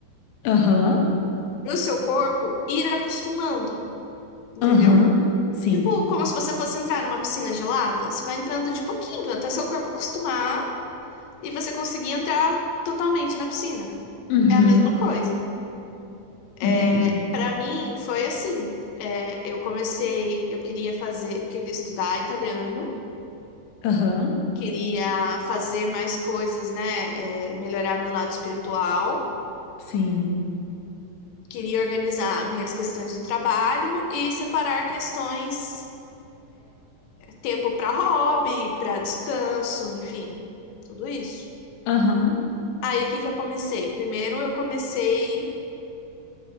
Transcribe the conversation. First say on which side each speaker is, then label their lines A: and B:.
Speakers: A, on the left (about 75°); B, on the left (about 85°).
A: aham,
B: E o seu corpo ir acostumando. Entendeu?
A: aham, sim,
B: Tipo, como se você fosse entrar numa piscina gelada. Você vai entrando de pouquinho, até seu corpo acostumar e você conseguir entrar totalmente na piscina.
A: uhum,
B: É a mesma coisa. É,
A: entendi,
B: para mim, foi assim. É, eu comecei, eu queria fazer, queria estudar italiano,
A: aham,
B: queria fazer mais coisas, né? É, melhorar meu lado espiritual,
A: sim,
B: queria organizar minhas questões do trabalho e separar questões. tempo para hobby, para descanso, enfim, tudo isso.
A: aham,
B: Aí o que que eu comecei? Primeiro eu comecei